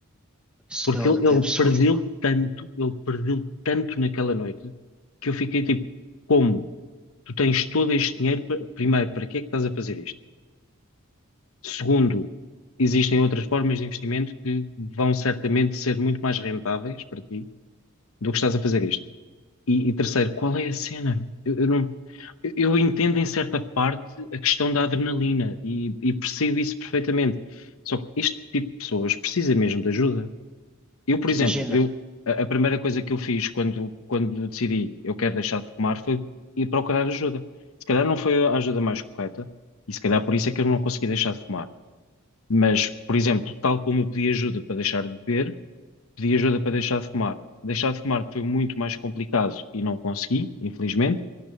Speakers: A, in the centre; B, on the left.
A: isso
B: Porque
A: realmente
B: ele, ele
A: é absurdo,
B: perdeu
A: pá.
B: tanto, ele perdeu tanto naquela noite, que eu fiquei tipo, como? Tu tens todo este dinheiro, pa- primeiro, para que é que estás a fazer isto? Segundo, existem outras formas de investimento que vão certamente ser muito mais rentáveis para ti do que estás a fazer isto. E, e terceiro, qual é a cena? Eu, eu não, eu eu entendo em certa parte a questão da adrenalina e, e percebo isso perfeitamente. Só que este tipo de pessoas precisa mesmo de ajuda. Eu, por
A: Mas
B: exemplo,
A: Imagina.
B: eu, a, a primeira coisa que eu fiz quando, quando decidi eu quero deixar de fumar foi ir procurar ajuda. Se calhar não foi a ajuda mais correta e se calhar por isso é que eu não consegui deixar de fumar. Mas, por exemplo, tal como eu pedi ajuda para deixar de beber, Pedi ajuda para deixar de fumar. Deixar de fumar foi muito mais complicado e não consegui, infelizmente,